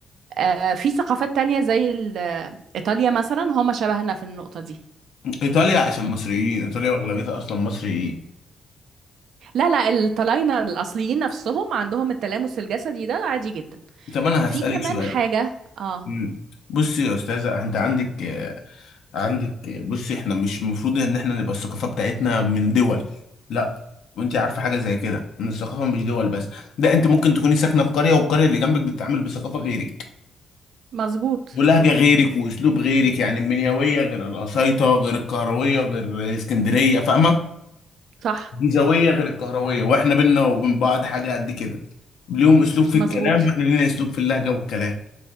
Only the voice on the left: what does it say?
ايطاليا عشان مصريين ايطاليا واغلبيتها اصلا مصريين
طب انا
هسالك
سؤال
مم. بصي يا استاذه انت عندك آه، عندك آه، بصي احنا مش المفروض ان احنا نبقى الثقافه بتاعتنا من دول لا وانت عارفه حاجه زي كده ان الثقافه مش دول بس ده انت ممكن تكوني ساكنه في قريه والقريه اللي جنبك بتتعامل بثقافه غيرك
ولهجه غيرك واسلوب غيرك يعني المنيويه غير القصيطه غير القهرويه غير اسكندريه فاهمه
الجيزاويه غير القهرويه واحنا بينا وبين بعض حاجه قد كده ليهم اسلوب في
الكلام واحنا لينا اسلوب في اللهجه والكلام